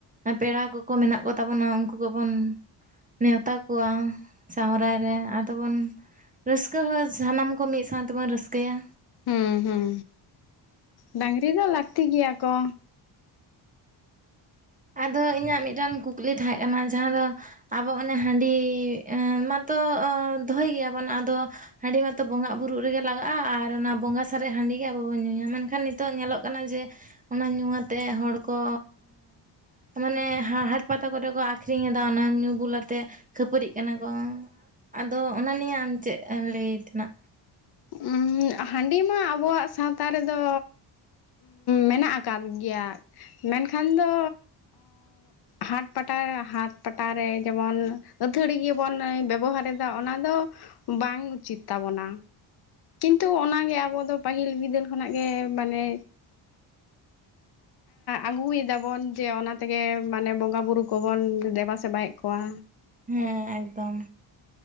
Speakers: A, on the right (about 20°); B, on the left (about 55°).
A: ᱯᱮᱲᱟ ᱠᱚᱠᱚ ᱢᱮᱱᱟᱜ ᱠᱚᱛᱟ ᱵᱚᱱᱟ ᱩᱱᱠᱩ ᱠᱚ ᱵᱚᱱ ᱱᱮᱣᱛᱟ ᱠᱚᱣᱟ ᱥᱚᱦᱨᱟᱭ ᱨᱮ ᱟᱫᱚ ᱵᱚᱱ ᱨᱟᱹᱥᱠᱟᱹ ᱦᱚᱸ ᱥᱟᱱᱟᱢ ᱠᱚ ᱢᱤᱫ ᱥᱟᱶ ᱛᱮᱵᱚᱱ ᱨᱟᱹᱥᱠᱟᱹᱭᱟ
B: ᱦᱩᱸ ᱦᱩᱸ ᱰᱟᱝᱨᱤ ᱫᱚ ᱞᱟᱹᱠᱛᱤ ᱜᱮᱭᱟ ᱠᱚ
A: ᱟᱫᱚ ᱤᱧᱟᱹᱜ ᱢᱤᱫᱴᱟᱝ ᱠᱩᱠ.... ᱠᱩᱞᱤ ᱛᱟᱦᱮᱸ ᱠᱟᱱᱟ ᱡᱟᱦᱟᱸ ᱫᱚ ᱟᱵᱚ ᱚᱱᱮ ᱦᱟᱺᱰᱤ ᱢᱟᱛᱚ ᱫᱚᱦᱚᱭ ᱜᱮᱭᱟᱵᱚᱱ ᱟᱫᱚ ᱦᱟᱺᱰᱤ ᱢᱟᱛᱚ ᱵᱚᱸᱜᱟᱜ ᱵᱩᱨᱩᱜ ᱨᱮᱜᱮ ᱞᱟᱜᱟᱜᱼᱟ ᱟᱨ ᱚᱱᱟ ᱵᱚᱸᱜᱟ ᱥᱟᱨᱮᱡ ᱦᱟᱺᱰᱤ ᱜᱮ ᱟᱵᱚ ᱵᱚᱱ ᱧᱩᱭᱟ ᱢᱮᱱᱠᱷᱟᱱ ᱱᱤᱛᱚᱜ ᱧᱮᱞᱚᱜ ᱠᱟᱱᱟ ᱡᱮ ᱚᱱᱟ ᱧᱩ ᱟᱛᱮᱫ ᱦᱚᱲ ᱠᱚ ᱢᱟᱱᱮ ᱦᱟ ᱦᱟᱴ ᱯᱟᱛᱟ ᱠᱚᱨᱮ ᱠᱚ ᱟᱠᱷᱨᱤᱧᱮᱫᱟ ᱚᱱᱟ ᱧᱩ ᱵᱩᱞ ᱟᱛᱮ ᱠᱷᱟᱹᱯᱟᱹᱨᱤᱜ ᱠᱟᱱᱟ ᱠᱚ ᱟᱫᱚ ᱚᱱᱟ ᱱᱤᱭᱮ ᱟᱢ ᱪᱮᱫ ᱮᱢ ᱞᱟᱹᱭ ᱛᱮᱱᱟᱜ
B: ᱩᱜ ᱦᱟᱺᱰᱤ ᱢᱟ ᱟᱵᱚᱣᱟᱜ ᱥᱟᱶᱛᱟ ᱨᱮᱫᱚ ᱢᱮᱱᱟᱜ ᱟᱠᱟᱫ ᱜᱮᱭᱟ ᱢᱮᱱᱠᱷᱟᱱ ᱫᱚ ᱦᱟᱴ ᱯᱟᱴᱟ ᱦᱟᱴ ᱯᱟᱴᱟᱨᱮ ᱡᱮᱢᱚᱱ ᱟᱹᱛᱷᱟᱹᱲᱤ ᱜᱮᱵᱚᱱ ᱵᱮᱵᱚᱦᱟᱨᱮᱫᱟ ᱚᱱᱟ ᱫᱚ ᱵᱟᱝ ᱩᱪᱤᱛ ᱛᱟᱵᱚᱱᱟ ᱛᱚ ᱚᱱᱟᱜᱮ ᱟᱵᱚ ᱫᱚ ᱯᱟᱹᱦᱤᱞ ᱵᱤᱫᱟᱹᱞ ᱠᱷᱚᱱᱟᱜ ᱜᱮ ᱢᱟᱱᱮ ᱟᱹᱜᱩᱭᱮᱫᱟᱵᱚᱱ ᱡᱮ ᱚᱱᱟᱛᱮᱜᱮ ᱢᱟᱱᱮ ᱵᱚᱸᱜᱟ ᱵᱳᱨᱳ ᱠᱚᱵᱚᱱ ᱫᱮᱵᱟᱥᱮᱵᱟᱭᱮᱫ ᱠᱚᱣᱟ
A: ᱦᱮᱸ ᱮᱠᱫᱚᱢ